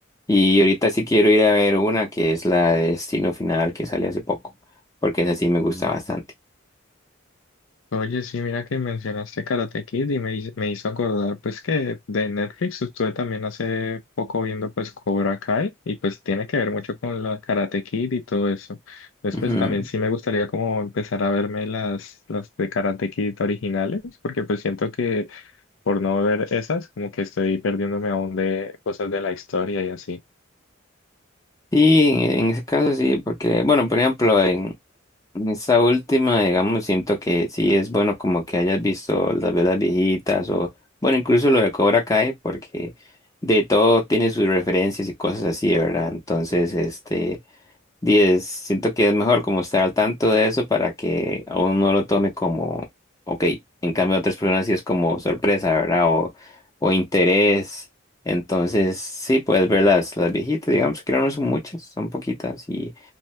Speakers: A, on the left; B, on the left.
A: Y ahorita sí quiero ir a ver una que es la de Destino Final que salió hace poco, porque esa sí me gusta bastante.
B: Oye, sí, mira que mencionaste Karate Kid y me, hiz- me hizo acordar pues que de Netflix estuve también hace poco viendo pues Cobra Kai y pues tiene que ver mucho con la Karate Kid y todo eso. Entonces
A: Ujú.
B: pues también sí me gustaría como empezar a verme las, las de Karate Kid originales porque pues siento que por no ver esas como que estoy perdiéndome aún de cosas de la historia y así.
A: Sí, en, en ese caso sí, porque, bueno, por ejemplo, en, en esta última, digamos, siento que sí es bueno como que hayas visto las velas viejitas o, bueno, incluso lo de Cobra Kai, porque de todo tiene sus referencias y cosas así, ¿verdad? Entonces, este... 10 Siento que es mejor como estar al tanto de eso para que a uno no lo tome como, ok, en cambio otras personas sí es como sorpresa, ¿verdad? O, o interés. Entonces, sí, puedes ver las, las viejitas, digamos, que no son muchas, son poquitas. Y,